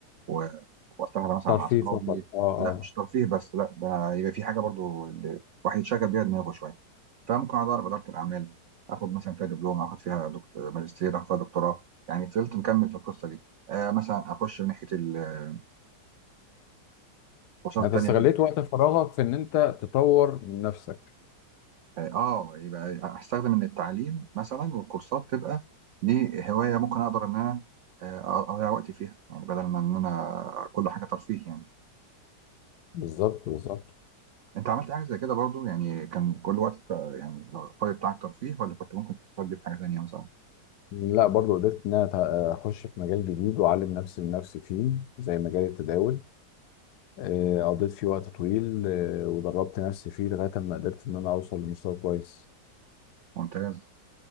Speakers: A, on the right (about 80°); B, on the left (about 70°).
A: و... واستمتع مثلا
B: ترفيه
A: مع اصحابي
B: فقط اه آه.
A: لا مش ترفيه بس لا ده يبقى في حاجه برضو ال- الواحد يتشغل بيها دماغه شويه فممكن اقعد اعرف اداره الاعمال اخد مثلا فيها دبلوم اخد فيها دكت... ماجستير اخد فيها دكتوراه يعني فضلت مكمل في القصه دي آه مثلا اخش من ناحيه ال- الكورسات
B: يعني
A: التانيه
B: انت استغليت وقت فراغك في ان انت تطور من نفسك
A: يعني اه يبقى استخدم ان التعليم مثلا والكورسات تبقى دي هوايه ممكن اقدر ان انا آه، اضيع وقتي فيها يعني بدل ما ان انا كل حاجه ترفيه يعني
B: بالظبط بالظبط
A: انت عملت حاجه زي كده برضو يعني كان كل وقتك آه، يعني لو الفاضي بتاعك ترفيه ولا كنت ممكن تستفاد بيه في حاجه تانيه مثلا
B: لا برضو قدرت ان انا أتع- اخش في مجال جديد واعلم نفسي من نفسي فيه زي مجال التداول آه، قضيت فيه وقت طويل آه، ودربت نفسي فيه لغايه ما قدرت ان انا اوصل لمستوى كويس
A: ممتاز